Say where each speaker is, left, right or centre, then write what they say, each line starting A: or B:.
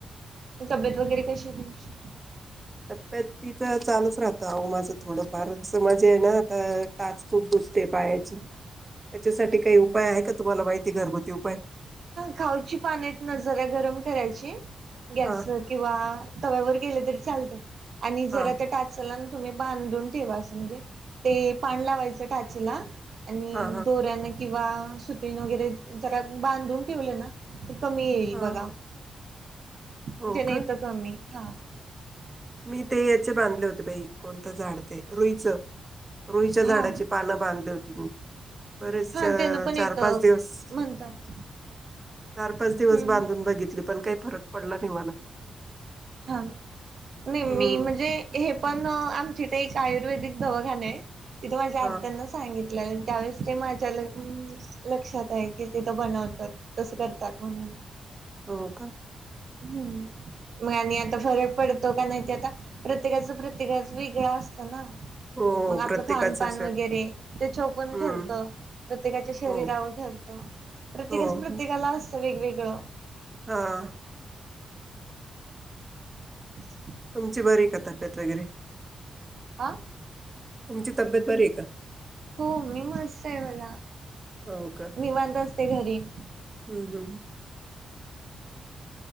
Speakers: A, on the right; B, on the right.
A: तब्येतं वगैरें कशी आहे तुमची
B: तब्येत तिचं चालूंच राहतं अहं माझं थोडंफार असं म्हजे आहे नां आतां टांचखूंप दुखंते पायांची
A: हं
B: त्यांच्यासाठी कांहीं उपांय आहे कां तुम्हांला माहिती घरंगुती उपांय
A: खांऊची पानं नां जरां गरमं करायंची गॅसवरं
B: हा
A: किंवा तव्यांवर केले तरी चालते आणि जरां
B: हा
A: त्यां टांचाला तुम्हीं बांधून ठेवां असं म्हणजे ते पांण लावायचं टाचेलां आणि
B: हा हा
A: दोऱ्यांन किंवा सुत्रीन वगैरें जरां बांधून ठेवले नां ते कमी येईल
B: हा
A: बघां म्हणजे
B: हो
A: नाहीं
B: का
A: तरं कमी हां
B: मी ते यांचे बांधले होते बाई कोणतं झाडं ते रुईचं रुईच्यां
A: हा
B: झाडांची पानं बांधले होती मी बरेचं
A: हा त्यानं पण
B: चार
A: येतं
B: पांच दिवसं
A: म्हणतात
B: चार पांच दिवसं
A: हम्म
B: बांधून बघितली पणं कांहीं फरक पडलां नाहीं मलां
A: हां नाहीं
B: हम्म
A: मी म्हणजे हे पणं आं तिथे एक आयुर्वेदिक दवाखांना आहे तिथं माझ्यां
B: हा
A: आत्यांना सांगितलं त्यांवेळेस ते माझ्यां ल लक्षांत आहे की तिथं बनवंतात तसं करतांत म्हणूंन
B: हो कां
A: हम्म. मग आणि आता फरक पडतो का नाही, ते आता प्रत्येकाच प्रत्येकाच वेगळां असत ना?
B: हो
A: मग आपलं
B: प्रत्येकाचं
A: खानपान
B: शरीर
A: वगैरे त्याच्याव पण
B: हम्म
A: ठरत. प्रत्येकाच्या शरीरावर
B: हो
A: ठरतं प्रत्येकाच
B: हो
A: प्रत्येकाला
B: हो
A: असतं वेगवेगळं.
B: हा.
A: <unintelligible>
B: तुमची बरी का तब्येत वगैरे?
A: आ.
B: तुमची तब्येत बरी आहे का?
A: हो मी मस्त आहे बघा!
B: हो का!
A: निवांत असते घरी
B: हम्म हम्म!